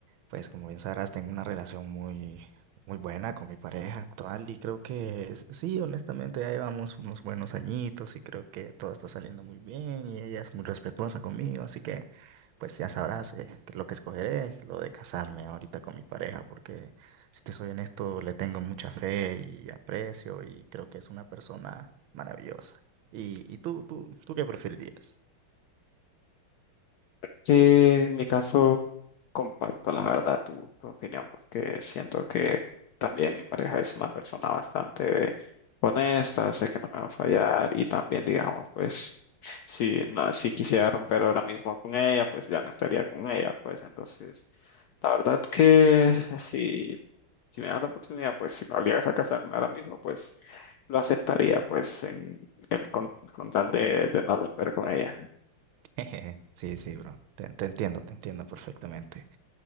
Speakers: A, on the right; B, on the left.
A: Pues como bien sabrás, tengo una relación muy, muy buena con mi pareja actual y creo que es- sí, honestamente ya llevamos unos buenos añitos y creo que todo está saliendo muy bien y ella es muy respetuosa conmigo, así que pues ya sabrás eh, que lo que escogeré es lo de casarme ahorita con mi pareja porque si te soy honesto, le tengo mucha fe y aprecio y creo que es una persona maravillosa. ¿Y, y tú, tú, tú qué preferirías?
B: Que en mi caso comparto la verdad tu, tu opinión porque siento que también mi pareja es una persona bastante honesta, sé que no me va a fallar y también digamos pues si no, si quisiera romper ahora mismo con ella pues ya no estaría con ella pues entonces la verdad que si, si me das la oportunidad pues si me obligas a casarme ahora mismo pues lo aceptaría, pues, en, en- con, con tal de, de no romper con ella.
A: <laughs> Sí, sí, bro, te te entiendo, te entiendo perfectamente.